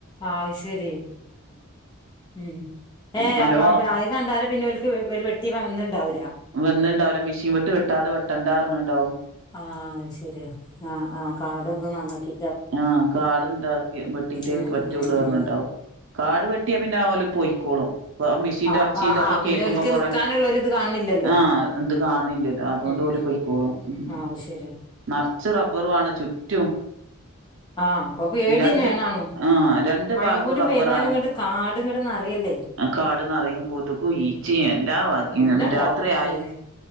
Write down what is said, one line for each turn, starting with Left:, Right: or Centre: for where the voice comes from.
Left: ആ ശരി ഉം ഏ
Right: നല്ലോ
Left: ആ കണ്ടാലും പിന്നെ അവക്ക് വെട്ടി വന്നിണ്ടാവുല്ല
Right: വെന്ന്ണ്ടാവൂല്ല മിഷീൻ വെട്ട് വെട്ടാതെ വെട്ടണ്ടാ ർഞ്ണ്ടാവും
Left: ആ അത്ശരിയാ ആ ആ കാടും ഇതും നന്നാക്കി
Right: ആ കാട്ണ്ടാക്കി വെട്ടീട്ടേ
Left: ഉം
Right: പറ്റുള്ളൂ
Left: ഉം ഉം
Right: പർഞ്ട്ടോ കാട് വെട്ടിയാ പിന്നെ ഓൽ പോയിക്കോളും മെഷീന്റെ
Left: ആഹ്
Right: ഒച്ചി
Left: ആഹ്
Right: ഇതൊക്കെ
Left: ആഹ് പിന്നെ
Right: കേൾക്കുമ്പോ
Left: ഓൽക്ക്
Right: കൊറെേ
Left: നിക്കാനുള്ളൊരിത് കാണില്ലല്ലോ
Right: ആ ഇത് കാണില്ലല്ലോ അതോണ്ട്
Left: ഉം
Right: ഓല് പൊയ്ക്കോളും ഉം
Left: ആഹ് അത് ശരിയാ
Right: നർച്ച് റബ്ബറു ആണ് ചുറ്റും
Left: ആഹ് അപ്പൊ പേടിയന്നെയാണാണും
Right: രണ്ട് ആ രണ്ട്
Left: മഴയും
Right: ഭാഗവും
Left: കൂടി
Right: റബ്ബറാണ്
Left: പെയ്താലും ഇങ്ങട്ട് കാട് ഇങ്ങട്ട് നറയല്ലേ
Right: ആ കാട് നറയും കൊതുകും
Left: ഉം
Right: ഈച്ചിം എല്ലാ വാക്ക്
Left: എല്ലാം ഇണ്ടാവും
Right: രാത്രിയായ
Left: ഉം